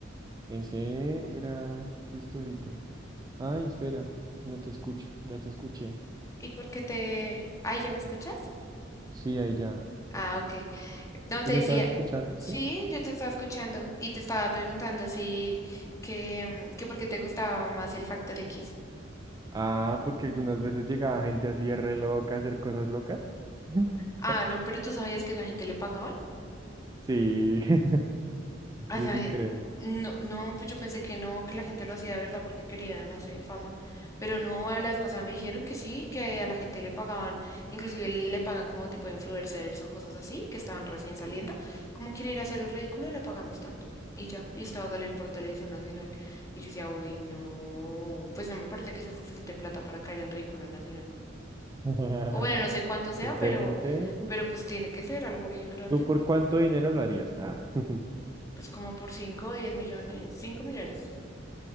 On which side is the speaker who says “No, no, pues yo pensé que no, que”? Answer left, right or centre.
Left